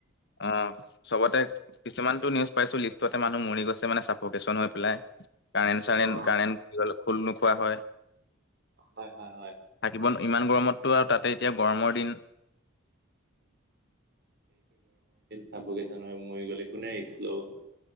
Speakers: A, on the left (about 55°); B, on the right (about 55°).
A: অ- <unintelligible> চবতে কিছুমানতটো নিউজ পাইছো লিফ্টতে মানুহ মৰি গৈছে মানে চফকন হৈ পেলাই- <unintelligible> কাৰেণ্ট চাৰেণ্ট
B: অ
A: কাৰেণ্ট বুলি কলে খোল নোখোৱা হয়-
B: হয় হয় হয়
A: থাকিব ইমান গৰমতটো আৰু তাতে এতিয়া গৰমৰ দিন
B: চফকচন হৈ মৰি গ'লে কোনে ৰিষ্ট ল'ব -